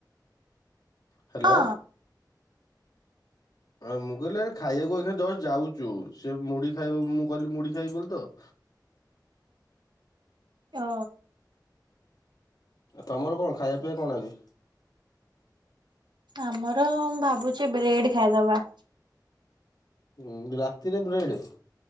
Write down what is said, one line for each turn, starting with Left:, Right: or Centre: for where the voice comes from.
Left: ହ୍ୟାଲୋ
Right: ହଁ
Left: ହଁ ମୁଁ କହିଲି ଆରେ ଖାଇବାକୁ ଏଇକ୍ଷିଣା ଜଷ୍ଟ ଯାଉଛୁ ସେ ମୁଢି ଖାଇବ ମୁଁ କହିଲି ମୁଢି ଖାଇବି ବୋଲି ତ <inaudible>
Right: ଓ
Left: ତମର କଣ ଖାଇବା ପିଇବା କଣ ଆଜି?
Right: ଆମର ଭାବୁଛି ବ୍ରେଡ ଖାଇଦବା।
Left: ଉ ରାତିରେ ବ୍ରେଡ୍?